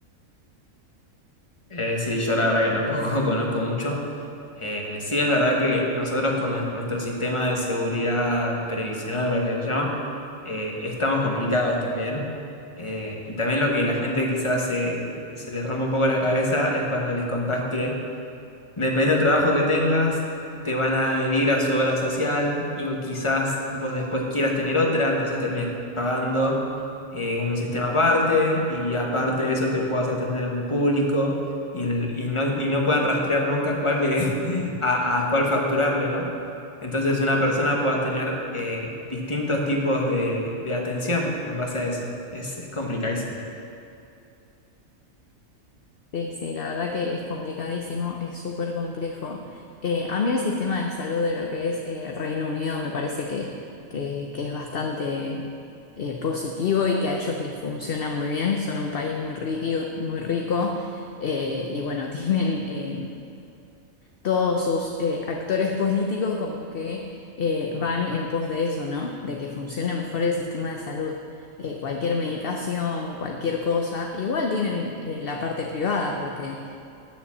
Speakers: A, on the left; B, on the left.
A: Eh, sí, yo la verdad que tampoco <laughs> conozco mucho. Eh, sí, es verdad que nosotros con nues- nuestro sistema de seguridad previsional, parece que se llama, eh, estamos complicados también. Eh, y también lo que la gente quizás se, se le rompe un poco la cabeza es cuando les contás que Depende del trabajo que tengas, te van a adherir a su obra social y quizás vos después quieras tener otra, entonces termines pagando eh, un sistema aparte y aparte de eso te puedas atender en el público y, el- y no, y no puedan rastrear nunca cuál de, <laughs> a, a cuál facturarle, ¿no? Entonces una persona pueda tener eh, distintos tipos de, de atención en base a eso. Es, es complicadísimo.
B: Sí, sí, la verdad que es complicadísimo, es súper complejo. Eh, a mí el sistema de salud de lo que es eh, Reino Unido me parece que, que, que es bastante eh, positivo y que a ellos les funciona muy bien. Son un país muy rico, muy rico eh, y bueno, <laughs> tienen... eh, todos sus eh, actores <laughs> políticos como que eh, van en pos de eso, ¿no? De que funcione mejor el sistema de salud. Eh, cualquier medicación, cualquier cosa, igual tienen eh, la parte privada porque